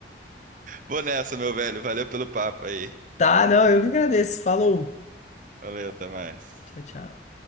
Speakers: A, on the right; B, on the left.
A: Vou nessa, meu velho. Valeu pelo papo aí.
B: Tá, não, eu que agradeço. Falou.
A: Valeu, até mais.
B: Tchau, tchau.